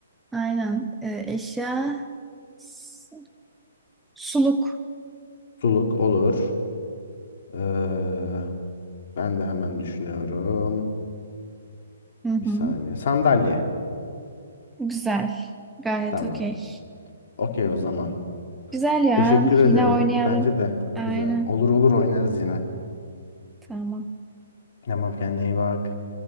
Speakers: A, in the centre; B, on the left (about 45°).
A: Aynen. Ee, eşya s- suluk.
B: Suluk olur. Ee, ben de hemen düşünüyorum.
A: Hı hı.
B: Bir saniye. Sandalye.
A: Güzel. Gayet
B: Tamam.
A: okey.
B: Okey o zaman.
A: Güzel ya.
B: Teşekkür ederim.
A: Yine oynayalım.
B: Bence de
A: Aynen.
B: güzel. Olur olur oynarız yine.
A: Tamam.
B: Tamam kendine iyi bak.